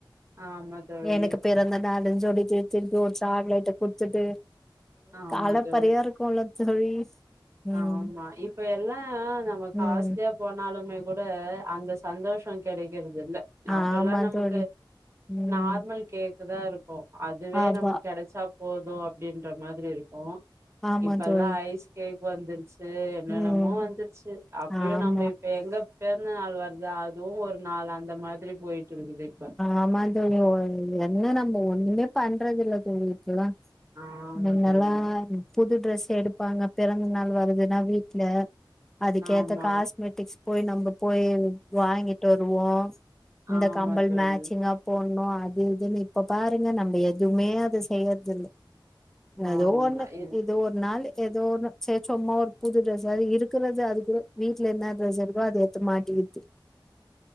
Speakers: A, on the right; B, in the centre.
A: ஆமா தோழி
B: எனக்கு பிறந்த நாளுன் சொல்லி செரி செரி ஒரு சாக்லெட்ட குட்த்துட்டு
A: ஆமா
B: அலப்பரையா
A: தோழி
B: இருக்கூல தோழி ம்
A: ஆமா இப்ப எல்லா நம்ம
B: ம்
A: காஸ்ட்லியா போனாலுமே கூட அந்த சந்தோஷ கெடைக் து இல்ல அப்ல்லா
B: ஆமா
A: நமக்கு
B: தோழி ம்
A: நார்மல் கேக் தா இருக்கு அதுவே
B: ஆமா
A: நமக் கெடைச்சா போது அப்டின்ற மாதிரி இருக்கோ
B: ஆமா
A: இப்பல்லா
B: தோழி
A: ஐஸ் கேக் வந்திரிச்சி து என்னன்னமோ
B: ம்
A: வந்துருச்சி அப்டியு
B: ஆமா
A: நம்ப இப்ப எங்க பிறந்த நாள் வருதா அதுவு ஒரு நாள் அந்த மாதிரி போயிட்டு இருக்குது இப்ப
B: ஆமா தோழி ஒ என்ன நம்ம ஒண்ணுமே பண்றது இல்ல தோழி இப்பலா
A: ஆமா
B: மின்னலா
A: தோழி
B: புது ட்ரெஸ் எடுப்பாங்க பிறந்த நாள் வருது எதுனா வீட்ல அதுக்கேத்த
A: ஆமா
B: காஸ்மெட்டிக்ஸ் போய் நம்ம போய் வாங்கிட்டு வருவோ இந்த
A: ஆமா
B: கம்பல்
A: தோழி
B: மேச்சிங்கா போட்னு து இதுன்னு இப்போ பாருங்க நம்ப எதுவ்மே அத செய்யற்தில்ல எதோ
A: ஆமா
B: ஒன்னு
A: இத்
B: இது ஒர் நாளு ஏதோ ஒன்னு சேர்சும்மா ஒரு புது ட்ரெஸ் அது இருக்கறது அதுக்கூட வீட்ல என்ன டிரஸ் இருக்கோ அது எட்துமாட்டிக்கிற்து